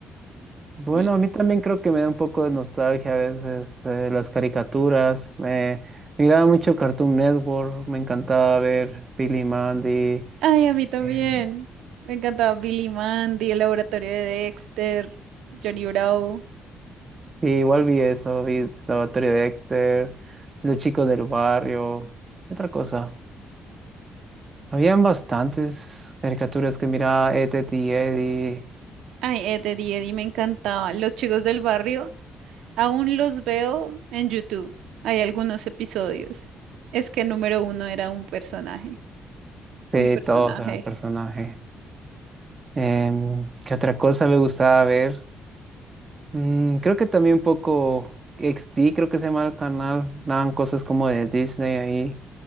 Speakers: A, on the right; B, on the right.
A: Bueno,
B: Y,
A: a mí también creo que me da un poco de nostalgia a veces eh, las caricaturas. Me miraba mucho Cartoon Network, me encantaba ver Billy y Mandy.
B: ay, a mí también.
A: eh,
B: Me encantaba Billy Mandy, el laboratorio de Dexter, Johnny Bravo.
A: y igual vi eso, vi Laboratorio de Dexter, Los Chicos del Barrio, ¿qué otra cosa. Habían bastantes caricaturas que miraba, Ed, Edd y Eddie,
B: Ay, Ed, Eddie, Eddie me encantaba. Los chicos del barrio, aún los veo en YouTube. Hay algunos episodios. Es que número uno era un personaje.
A: de
B: Un personaje.
A: todos eran personajes. Em, ¿qué otra cosa me gustaba ver? Mm, creo que también un poco XT, creo que se llama el canal. Daban cosas como de Disney ahí.